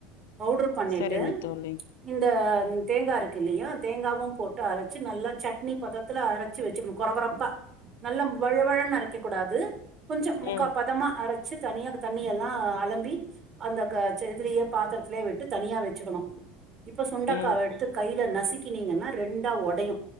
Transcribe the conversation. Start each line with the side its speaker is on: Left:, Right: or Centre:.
Right: பவுட்ர் பண்ணிட்டு
Left: சரிங்க தோழி
Right: இந்த தேங்கா இருக் கில்லையா தேங்காவும் போட்டு அரச்சு நல்லா சட்னி பதத்துல அரச்சு வெச்சுக்னு கொரகொரப்பா நல்ல வழுவழன் அரைக்க கூடாது கொஞ்சம் முக்கா
Left: ம்
Right: பதமா அர சு தனியா தண்ணிய எல்லா அலம்பி அந்த க ச இதுலியே பாத்தரத்லியே விட்டு தனியா வெச்சுக்குணு இப்ப சுண்டக்காவ
Left: ம்
Right: எடுத்து கையில ந சிக்கினிங்கன்னா ரெண்டா ஒடயு